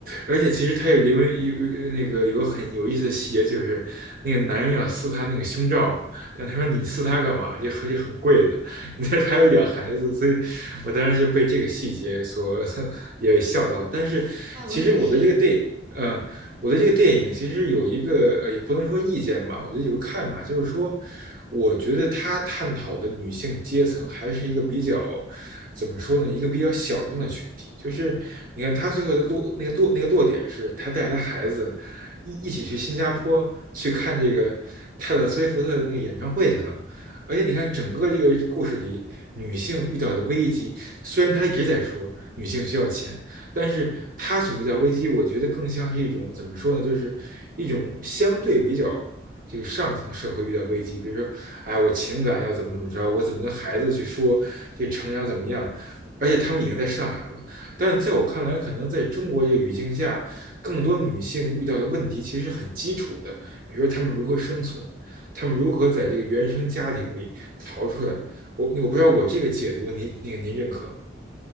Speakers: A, on the right; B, on the right.
A: 而且其实他有里面有有那个有个很有意思的细节，就是那个男人要撕他那个胸罩嘛，但他说你撕它干嘛？这而且很贵的，<laughs> 你这还要养孩子，所以我当时就被这个细节所 <laughs> 也笑到。但是其实我对这个电影，
B: 哎，我也是。
A: 呃，我对这个电影其实有一个呃，也不能说意见吧，我觉得有个看法，就是说，我觉得他探讨的女性阶层还是一个比较。怎么说呢？一个比较小众的群体，就是你看他最后的落那个落那个落点是，他带着他孩子一一起去新加坡去看这个泰勒·斯威夫特的那个演唱会去了。而且你看，整个这个故事里，女性遇到的危机，虽然她一直在说女性需要钱，但是她所遇到危机，我觉得更像是一种怎么说呢，就是一种相对比较这个上层社会遇到危机，比如说哎，我情感要怎么怎么着，我怎么跟孩子去说，这成长怎么样？而且他们已经在上海了，但在我看来，可能在中国这个语境下，更多女性遇到的问题其实很基础的，比如说她们如何生存，她们如何在这个原生家庭里逃出来。我我不知道我这个解读您那个您认可吗？